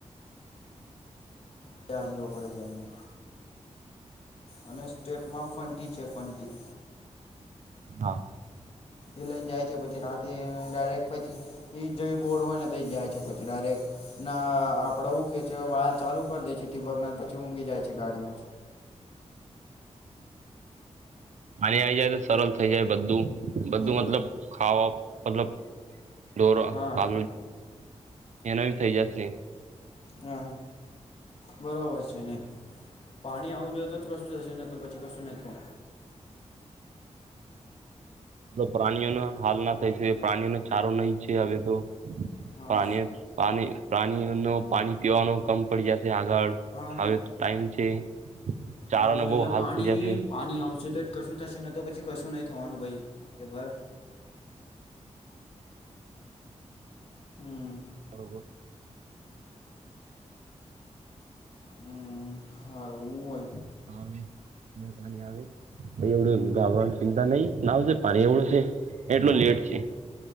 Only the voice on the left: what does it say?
ત્યા ન જવું પડે છે એમને અને સ્ટેપમાં ફંટી છે ફંટી
એ લઈને જાય છે પછી રાતે ડાયરેક્ટ પછી એ જઈ બોડ હોય ને તઈ જાય છે પછી ડાયરેક્ટ ના આપડે હું કે છે વાલ ચાલુ કરી દે છે ટીબક ના પછી ઊંઘી જાય છે ગાડીમાં
જ એ
હા
હા બરોબર છે ને, પાણી આવું જોઈએ તો કશું થશે ન તો પછી કશું નઈ કવ
હા
હા
ના
આવું જોઈએ.
પાણી
પાણી, આવશે તો કશું થશેને તો પછી કશું નહી થવાનું ભઈ, એ બર હમ
હમ હારૂ હુ હોય?